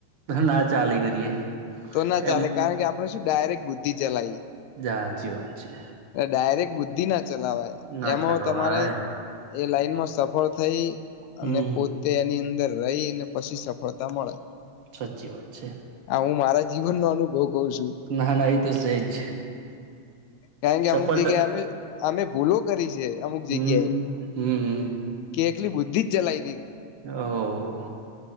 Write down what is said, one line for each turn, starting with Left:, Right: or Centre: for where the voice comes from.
Right: ના ચાલે કરીએ.
Left: તો ના ચાલે
Right: એમ
Left: કારણ કે આપણે શું ડાયરેક્ટ બુદ્ધિ ચલાવી.
Right: સા સાચી વાત છે.
Left: ડાયરેક્ટ બુદ્ધિ ના ચલાવાય
Right: ના
Left: એમાં
Right: ચાલો
Left: તમારે
Right: ભાઈ
Left: એ લાઈનમાં સફળ થઈ
Right: હમ
Left: અને પોતે એની અંદર રહી ને પછી સફળતા મળે
Right: સાચી વાત છે.
Left: આ હું મારા જીવનનો અનુભવ ક છું
Right: ના ના એ તો સહેજ
Left: કારણ કે
Right: સફળતા
Left: અમુક જગ્યા અમે અમે ભૂલો કરી છે અમુક
Right: હમ
Left: જગ્યાએ.
Right: હમ
Left: કે એકલી બુદ્ધિ જ ચલાઈ
Right: ઓ